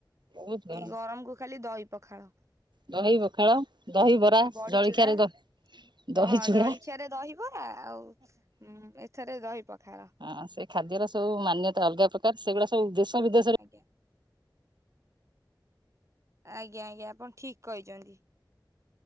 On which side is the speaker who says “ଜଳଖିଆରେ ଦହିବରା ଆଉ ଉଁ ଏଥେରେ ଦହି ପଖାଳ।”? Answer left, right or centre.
Right